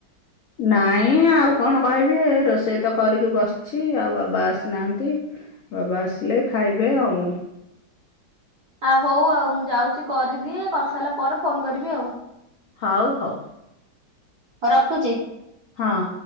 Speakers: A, on the left; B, on the right.
A: ନାଇଁ ଆଉ କଣ କହିବି ଏ ରୋଷେଇ ତ କରିକି ବସ୍ ଛି ଆ ବାବା ଆସିନାହାନ୍ତି ବାବା ଆସିଲେ ଖାଇବେ ଆଉ।
B: ଆ ହଉ ଆଉ ମୁଁ ଯାଉଚି କରିଦିଏ କରିସାଇଲା ପରେ ଫୋନ କରିବି ଆଉ।
A: ହଉ ହଉ।
B: ହ ରଖୁଚି।
A: ହଁ।